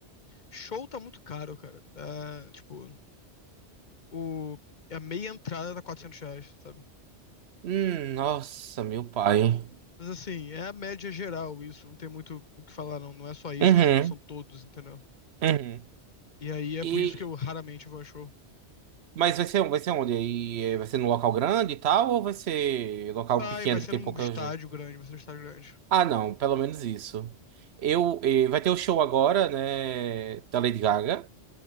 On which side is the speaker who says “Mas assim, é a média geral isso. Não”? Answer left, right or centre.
Left